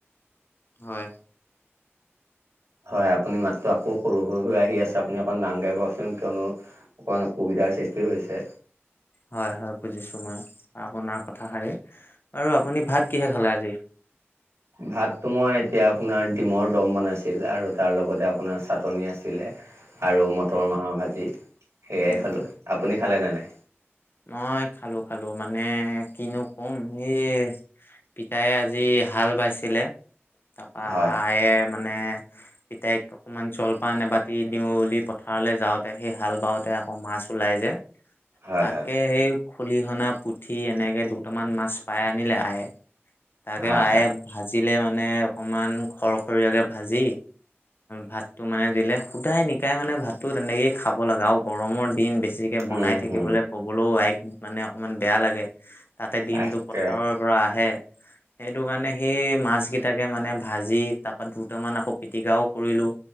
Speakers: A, on the left; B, on the right.
A: হয়।
B: হয় আপুনি মাতটো আকৌ সৰু সৰু হৈ আহি আছে আপুনি অকণ ডাঙৰকে কওঁকচোন কিয়নো অকণমান অসুবিধাৰ সৃষ্টি হৈছে।
A: হয় হয় বুজিছো মই আপোনাৰ কথাষাৰি, আৰু আপুনি ভাত কিহে খালে আজি?
B: ভাতটো মই এতিয়া আপোনাৰ ডিমৰ দম বনাইছিলে আৰু তাৰ লগতে আপোনাৰ চাটনি আছিলে। আৰু মটৰ মাহৰ ভাজি। সেয়াই
A: উম
B: খালোঁ
A: হয়।
B: আপুনি খালে নে নাই
A: মই খালোঁ খালোঁ মানে কিনো কম সেয়ে পিতায়ে আজি হাল বাইছিলে। তাপা
B: হয়
A: আয়ে মানে পিতাইক অকমান জলপান এবাতি দিওঁ বুলি পথাৰলে যাওঁতে সেই হাল বাওঁ তে আকৌ মাছ ওলাই যে
B: হয়
A: তাকে
B: হয়
A: সেই খলিহনা, পুঠি এনেকে দুটামান মাছ পাই আনিলে আয়ে, তাকে
B: হয়
A: আয়ে
B: হয়
A: ভাজিলে মানে অকমান খৰখৰীয়াকে ভাজি ভাত টো মানে দিলে। সুদায়ে নিকায়ে মানে ভাতটো তেনেকে খাব লাগে। আৰু গৰমৰ দিন বেছিকে বনাই
B: উম
A: থাকিবলে
B: হম
A: ক'বলৈও আইক মানে অকমান বেয়া লাগে। তাতে দিনটো
B: তাকে
A: পথাৰৰ পৰা আহে। সেইটো কাৰণে সেই মাছ কেইটাকে মানে ভাজি তাপা দুটামান আকৌ পিটিকাও কৰিলোঁ